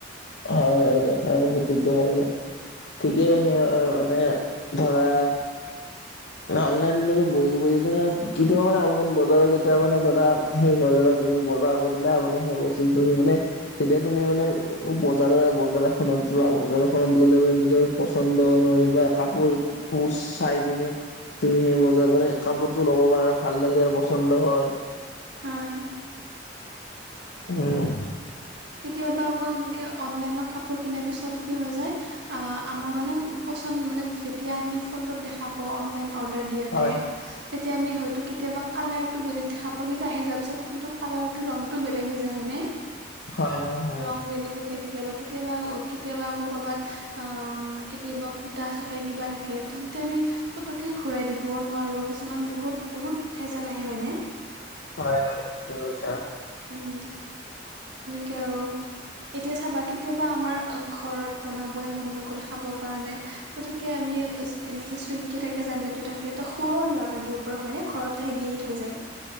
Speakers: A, on the left; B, on the right.
A: অ হয় হয় দে হয় সেইটো হয় ঠিকেই
B: এনেকে
A: কৈছে
B: আৰু
A: মানে। ধৰা।
B: <inaudible>
A: অনলাইন বহি বহি ধৰা কেতিয়া মানে অনলাইন বজাৰ কেতিয়া মানে ধৰা। সেই কৰিলা তুমি বজাৰ কৰিলা মানে সেই বস্তু তুমি মানে যেতিয়া তুমি মানে। বজাৰ বজাৰ এখনত যোৱা বজাৰখনত গ'লে নিজৰ পচন্দ নোৱাৰি বা কাপোৰ। শুচ চাই পিনে। তুমি সেই বজাৰ মানে কাপোৰতো ল'ব পাৰা ভাল লাগে আৰু পচন্দ হয়।
B: হয়
A: উম।
B: কেতিয়াবা আকৌ এনেকে অনলাইনত কাপোৰ কিনাৰ পিছত কি হৈ যায়। অ আমাৰ মানে পচন্দ মানে যেতিয়া আমি ফটোত দেখা পাওঁ অনলাইন। অৰ্ডাৰ দিয়াতে।
A: হয়
B: তেতিয়া আমি হয়তো‌ কেতিয়াবা কালাৰটো বেলেগ দেখা পাওঁ কিন্তু আহি যোৱাৰ পিছত কিন্তু কালাৰটো ৰংটো বেলেগ হৈ যায় হয়নে।
A: হয় হয়। হয়।
B: ৰং বেলেগ হৈ যায় কেতিয়াবা কেতিয়াবা ও কেতিয়াবা আকৌ কৰ'বাত আ ম কেতিয়াবা ফুটা থাকে কিবা থাকে তেনে আমি। পুতুককে ঘুৰাই দিব নোৱাৰো কিছুমান বহুত বহুত ভেজাল আহে হয়নে।
A: হয় হয় জহুছা।
B: উম। কে আৰুম। এতিয়া চাবা কেতিয়াবা আমাৰ ঘৰত বনাবই মন নগ'ল খাব কাৰণে পুতোক কে আমি এনেকে চুইগে থাকে জমেট থাকে ত খোৱাও আমি অৰ্ডাৰ দিব বাৰো হয় নে ঘৰত আহি দিয়েই থৈ যায়।